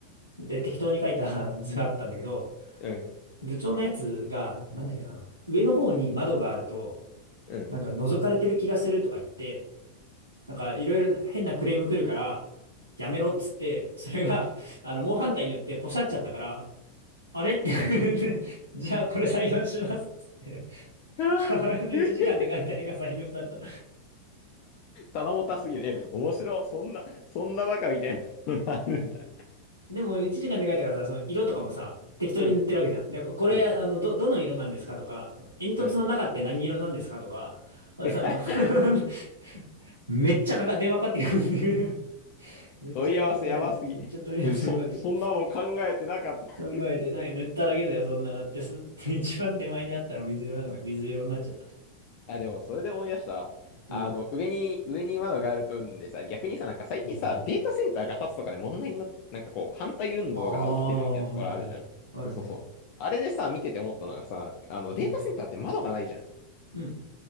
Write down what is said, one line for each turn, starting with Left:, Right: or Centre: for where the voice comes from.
Right: で、適当に書いた <laughs> 図があったんだけど、
Left: うん、
Right: 部長のやつが、なんだっけな、あの上の方に窓があると、
Left: うん。
Right: なんか覗かれてる気がするとか言って、なんかいろいろな変なクレーム来るから、やめろっつって、それが、あの、猛反対によってポシャっちゃったから、あれって <laughs> じゃあこれ採用しますっつって、
Left: <laughs> あー
Right: 母親の1時間で描いた絵が採用された。
Left: 棚ぼたすぎる。え、面白い。そんな、そんなバカみたいなのがあるんだ。
Right: でも1時間で描いたからさ、その色とかもさ、適当に塗ってるわけじゃん。
Left: うん、
Right: で、これ、
Left: うん、
Right: あの、ど、どの色なんですかとか、あの煙突の中って何色なんですかとか、
Left: うん。
Right: 俺さ、
Left: <laughs>
Right: もう <laughs> めっちゃかか、電話かかってくるんでめっちゃ連絡大変で、
Left: 問い合わせやばすぎ。
Right: めっちゃ問い合わせがかかってくる。
Left: うんそ、そんなの考えてなかった。
Right: 考えてない。塗っただけだよ、そんな。だってす、<laughs> 一番手前にあったの水色なので、水色になっちゃった。
Left: あ、でもそれで思い出したわ。
Right: うん。
Left: あの、上に、上に窓があるとうんぬんでさ、逆にさ、なんか最近さ、
Right: そうそうそうそう。
Left: データセンターが建つとかで問題になっなんかこう、反対運動が起きてるみたいなところあるじゃん。
Right: ああ、はいはい。あるね。
Left: そうそうそう。あれでさ、見てて思ったのがさ、あの、データセンターって窓がないじゃん。
Right: うん。うん。